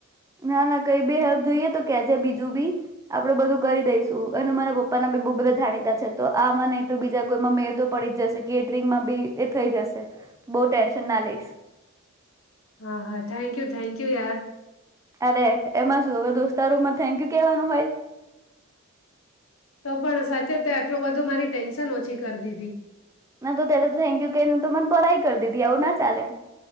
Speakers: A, on the right (about 15°); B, on the left (about 80°).
A: ના ના કઈ બેી હપ જોઈએ તો કે છે બીજું બી આપડે બધું કરી દઈશું અને મારા પપ્પા ના બી બહ બધા જાણીતા તો આમાં નહી તો બીજા કોઈમાં મેર તો પડી જ જશે કેટરિંગમાં બી એ થઈ જશે બહ ટેન્શન ના લઈશ
B: હા હા થેન્ક યુ થેન્ક યુ યાર
A: અરે એમાં શું હવે દોસ્તારૂમમાં થેન્ક યુ કેવાનું હોય
B: તો પણ સાચેત આટલું બધો મારી ટેન્શન ઓછી કરી દીધી
A: ના તો ત્યારે તો થેન્કયુ તો મને પરાઈ કરી દીધી આવું ના ચાલે